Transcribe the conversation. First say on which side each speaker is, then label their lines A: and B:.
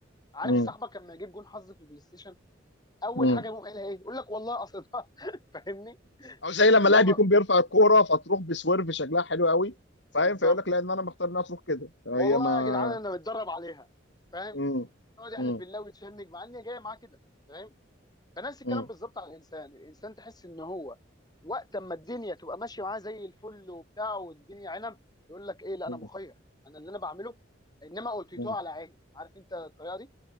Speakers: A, on the left; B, on the left.
A: عارف
B: م-
A: صاحبك لما يجيب جون حظ في البلاي ستيشن اول
B: م-
A: حاجه يقوم قايلها ايه يقول لك والله قصدها <laughs> فاهمني
B: او زي لما
A: اللي
B: لاعب
A: هو ما-
B: يكون بيرفع الكوره فتروح بسويرف شكلها حلو قوي فاهم
A: بالظبط
B: فيقول لك لا ان انا مختار انها تروح كده هي
A: والله
B: ما
A: يا جدعان انا متدرب عليها فاهم
B: مم.
A: يقعد يحلف
B: مم.
A: بالله ويتشنج مع ان هي جايه معاه كده فاهم فنفس الكلام
B: مم.
A: بالظبط على الانسان الانسان تحس ان هو وقت اما الدنيا تبقى ماشيه معاه زي الفل وبتاع والدنيا عنب يقول لك ايه لا
B: مم.
A: انا مخير انا اللي انا بعمله انما اوتيتوه
B: مم.
A: على عيني عارف انت الطريقه دي